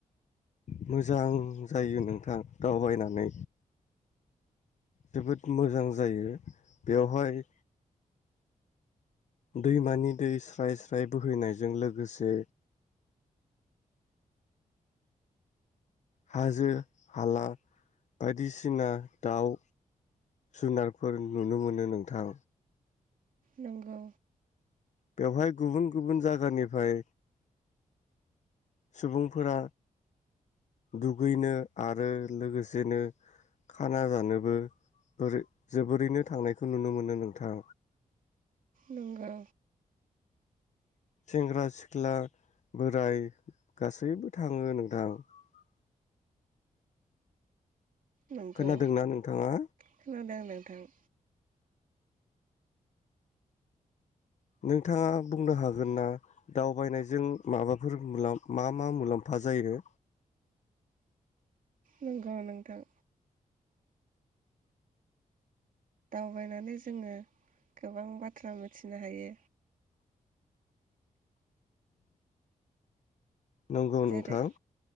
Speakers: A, on the left; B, on the right.
A: मोजां जायो नोंथां दावबायनानै जोबोद मोजां जायो। बेवहाय दैमानि दै स्राय स्राय बोहैनायजों लोगोसे हाजो हाला बायदिसिना दाउ जुनारफोर नुनो मोनो नोंथां।
B: नंगौ।
A: बेवहाय गुबुन गुबुन जागानिफ्राय सुबुं फोरा दुगैनो आरो लोगोसेनो खाना जानोबो बोरै-जोबोरैनो थांनायखौ नुनो मोनो नोंथां।
B: नंगौ।
A: सेंग्रा सिख्ला बोराय गासैबो थाङो नोंथां ।
B: नंगौ
A: खोनादोंना नोंथाङा!
B: खोनादों नोंथां।
A: नोंथाङा बुंनो हागोन ना दावबायनायजों माबाफोर मा मा मुलाम्फा जायो?
B: नंगौ नोंथां। दावबायनानै जोङो गोबां बाथ्रा मिथिनो हायो।
A: नंगौ
B: जेरै
A: नोंथां।